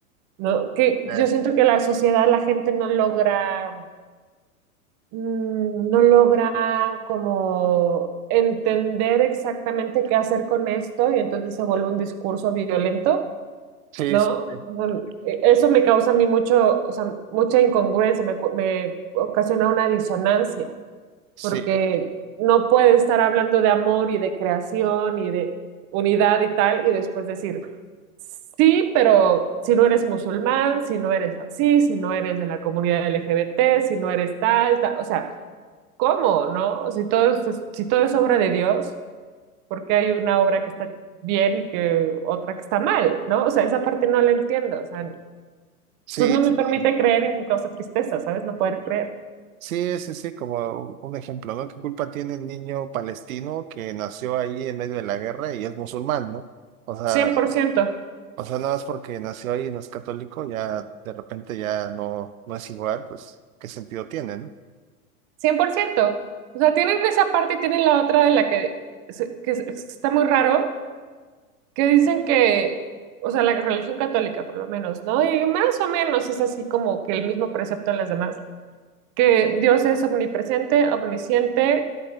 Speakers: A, on the right; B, on the right.
A: ¿no? Que
B: Eh,
A: yo siento que la sociedad, la gente no logra mm, no logra como entender exactamente qué hacer con esto y entonces se vuelve un discurso violento,
B: sí,
A: ¿no?
B: sí,
A: O sea, mm, e- eso me causa a mí mucho, o sea, mucha incongruencia, me, cu- me ocasiona una disonancia,
B: sí,
A: porque no puede estar hablando de amor y de creación y de unidad y tal y después decir... Sí, pero si no eres musulmán, si no eres así, si no eres de la comunidad LGBT, si no eres tal, tal, o sea, ¿cómo, no? Si todo es, si todo es obra de Dios, ¿por qué hay una obra que está bien y que otra que está mal, no? O sea, esa parte no la entiendo, o sea, entonces
B: sí.
A: no me permite
B: sí.
A: creer y me causa tristeza, ¿sabes? No poder creer.
B: Sí, sí, sí, como un un ejemplo, ¿no? ¿Qué culpa tiene el niño palestino que nació ahí en medio de la guerra y es musulmán, ¿no? O sea,
A: Cien cien por ciento,
B: o sea, nada más porque nació ahí y no es católico, ya de repente ya no, no es igual, pues, ¿qué sentido tiene, ¿no?
A: cien por ciento. O sea, tienen esa parte y tienen la otra de la que, se- que se- está muy raro, que dicen que, o sea, la religión católica por lo menos, ¿no? Y más o menos es así como que el mismo precepto en las demás que Dios es omnipresente, omnisciente